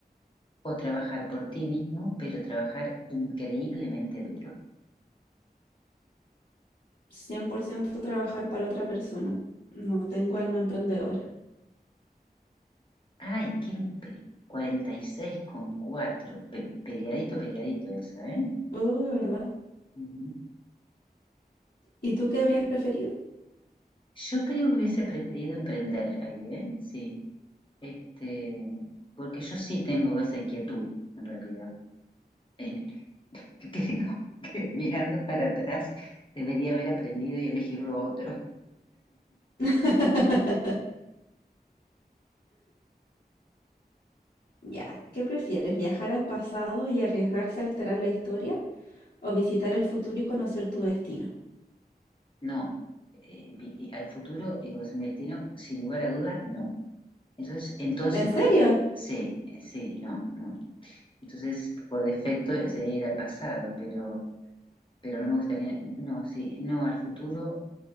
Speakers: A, on the left (about 30°); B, on the left (about 65°).
A: o trabajar por ti mismo, pero trabajar increíblemente duro.
B: cien por ciento trabajar para otra persona. No tengo alma emprendedora.
A: Ay, qué empleo. 46,4. Pe- peleadito, peleadito esa, ¿eh?
B: Oh, ¿verdad?
A: Ujú.
B: ¿Y tú qué habrías preferido?
A: Yo creo que hubiese preferido emprender ahí, ¿eh? Sí. Este, porque yo sí tengo esa inquietud, en realidad. Eh, <laughs> creo que mirando para atrás debería haber aprendido y elegir lo otro.
B: <laughs> Ya, ¿qué prefieres? ¿Viajar al pasado y arriesgarse a alterar la historia o visitar el futuro y conocer tu destino?
A: No, eh, vi- y al futuro y con mi destino, sin lugar a dudas, no. Entonces, entonces
B: ¿En serio?
A: por, sí, eh, sí, no, no. Entonces, por defecto eh, sería ir al pasado, pero, pero no me gustaría, no, sí, no, al futuro,